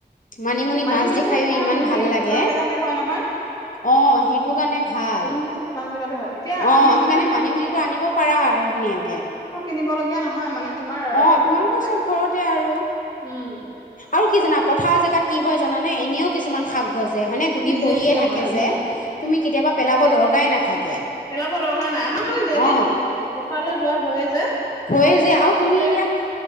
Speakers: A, on the left (about 45°); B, on the left (about 20°).
A: মানিমুনি
B: মানিমুনিটো
A: মাছ দি খায়ো
B: তোমাৰ
A: ইমান
B: হেৰি
A: ভাল লাগে!
B: শুকান জেগাতে হয় নহয়
A: অঁ টো কাৰণে ভাল,
B: মানিমুনিটো শুকান জেগাতে হয় এতিয়া
A: অঁ
B: আমি মানে
A: সেইকাৰণে মানিমুনিটো আনিব পাৰা আৰু ধুনীয়াকে।
B: কিনিব লগীয়া নহয় মানে তোমাৰ
A: অ তোমালোকৰ
B: এইবিলাক
A: চব ঘৰতে আৰু
B: উম।
A: আৰু কি জানা পথাৰ জেগাত কি হয় জানে এনেও কিছুমান শাক গজে হয়নে গুটি
B: নিজে
A: পৰিয়ে
B: নিজে
A: থাকে
B: হয়
A: যে
B: উম
A: তুমি কেতিয়াবা পেলাব
B: তাকে
A: দৰকাৰেই নাথাকে।
B: পেলাব দৰকাৰ নাই আমাৰ মানে ডেইলি
A: অ
B: পথাৰলৈ যোৱা হৈয়ে যে এই
A: হয়ে যে
B: ত
A: আৰু তুমি
B: তাপে
A: এতিয়া